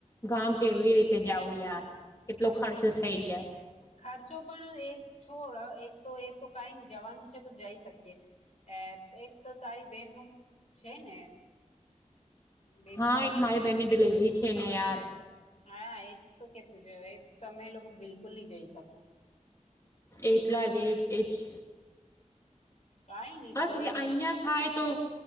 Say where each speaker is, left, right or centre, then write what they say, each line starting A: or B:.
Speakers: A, on the left (about 25°); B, on the left (about 60°).
A: ગામ કેવી રીતે જવું યાર?
B: હમ.
A: કેટલો ખર્ચો થઈ જાય.
B: ખર્ચો પણ એક છોડ એક તો એ તો કાંઈની જવાનું છે તો જઈ શકીએ, એકતો તારી બેનનું છે ને. બેબી
A: હા
B: થવાનું
A: એક મારી
B: છે
A: બેહેનની
B: ને
A: ડિલવરી છે ને યાર
B: હા એ તો કેતું છે એ તમે લોકો બિલકુલ ની જઈ શકો
A: એટલા જ એજ એજ સ
B: કઈ નહી
A: બસ
B: કોઈ
A: ઈ અહીંયા થાય તો